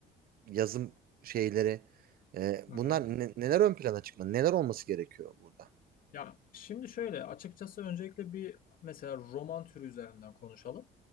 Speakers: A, on the right; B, on the left.
A: yazım şeyleri e,
B: hı
A: bunlar
B: hı.
A: ne- neler ön plana çıkmalı? Neler olması gerekiyor burada?
B: Ya şimdi şöyle, açıkçası öncelikle bir mesela roman türü üzerinden konuşalım.